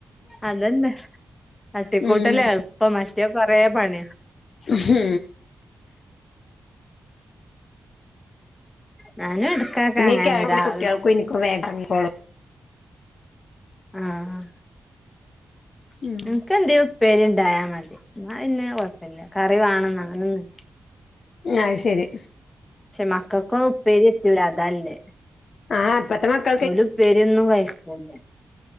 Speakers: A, on the left; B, on the left.
A: അതന്നെ തട്ടിക്കൂട്ടല്ലേ
B: ഉം
A: എളുപ്പം മറ്റേ കൊറേ പണിയാ
B: മ്ഹ്
A: ഞാനും എടക്കൊക്കെ
B: പിന്നെ
A: അങ്ങനെ
B: <unintelligible>
A: രാവിലെ
B: കുട്ട്യൾക്കും എനിക്കും വേഗം എറങ്ങിക്കോളും
A: ആഹ്
B: ഉം
A: എനിക്ക് എന്തേലും ഉപ്പേരി ഇണ്ടായാൽ മതി എന്ന പിന്നെ കൊഴപ്പല്ല കറി വേണന്ന് അങ്ങനൊന്നും
B: അയ് ശരി
A: ക്ഷെ മക്കക്കും ഉപ്പേരി <unintelligible> അതല്ലേ
B: ആഹ് ഇപ്പത്ത മക്ക
A: ഓല് ഉപ്പേരിയൊന്നും കഴിക്കൂല